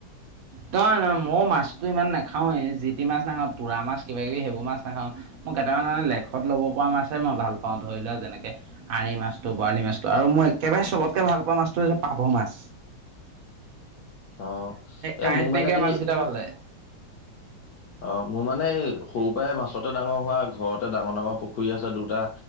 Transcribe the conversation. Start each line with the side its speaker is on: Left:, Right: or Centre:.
Right: নহয় নহয় ময়ো মাছতো ইমান নাখাওৱেই। যিটি মাছ নাখাও তুৰা মাছ কিবা কিবি সেইবোৰ মাছ নাখাওঁ। মোৰ কেইটামান মানে লেখত ল'ব পৰা মাছে মই ভাল পাওঁ ধৰি লোৱা যেনেকে আৰি মাছটো, বৰালি মাছটো আৰু মই একেবাৰে চবতকে ভাল পোৱা মাছটো হৈছে পাভ মাছ।
Left: অ এ
Right: কাইট
Left: মোৰ মানে
Right: নাইকিয়া
Left: কি
Right: মাছ কেইটা ভাল লাগে।
Left: অ মোৰ মানে এই সৰু পৰাই মাছতে ডাঙৰ হোৱা ঘৰতে ডাঙৰ ডাঙৰ পুখুৰী আছে দুটা,